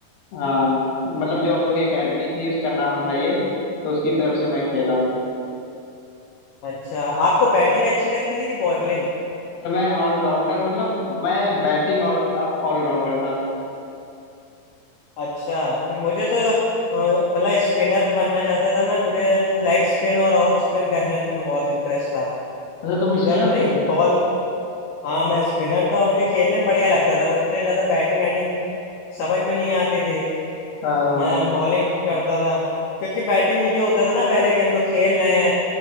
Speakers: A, on the left (about 65°); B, on the left (about 85°).
A: हाँ मतलब जो हम लोग की एकेडमी थी उसका नाम था ये तो उसकी तरफ से मैं खेला हूँ
B: अच्छा आपको बैटिंग अच्छी लगती थी कि बॉलिंग
A: और मैं ऑलराउंडर मतलब मैं बैटिंग ऑल ऑलराउंडर था
B: अच्छा मुझे तो अ, मतलब स्पिनर बनना चाहता था मैं मुझे लेग स्पिन और ऑफ स्पिन करने में बहुत इंटरेस्ट था
A: अच्छा तुम
B: कि जब
A: स्पिनर
B: नहीं
A: थे
B: बॉल हाँ मैं स्पिनर था मुझे खेलने में बढ़िया लगता था मुझे ज्यादा बैटिंग एटिंग समझ में नहीं आती थी
A: हाँ
B: मैं बॉलिंग करता था क्योंकि बैटिंग में ये होता था ना पहले कि हम लोग खेल रहे हैं